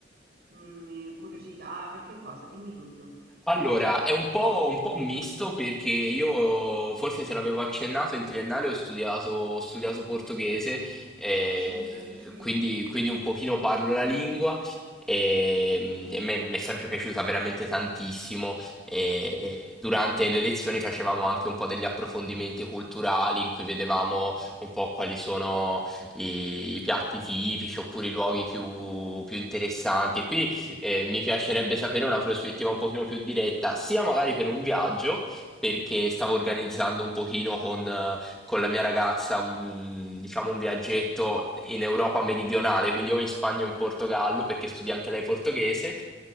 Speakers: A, on the right; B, in the centre.
A: mm, eh, mh, curiosità, per che cosa? Dimmi tutto.
B: Allora, è un po', un po' un misto perché io, forse se l'avevo accennato, in triennale ho studiato, ho studiato portoghese, eh,
A: Sì, me lo dicevi.
B: quindi, quindi un pochino parlo la lingua e, e me- mi è sempre piaciuta veramente tantissimo. E- e durante le lezioni facevamo anche un po' degli approfondimenti culturali in cui vedevamo un po' quali sono i, i piatti tipici oppure i luoghi più, più interessanti. E quindi eh, mi piacerebbe sapere una prospettiva un pochino più diretta, sia magari per un viaggio, perché stavo organizzando un pochino con, eh, con la mia ragazza un, diciamo, un viaggetto in Europa meridionale, quindi o in Spagna o in Portogallo, perché studia anche
A: Ok.
B: lei portoghese.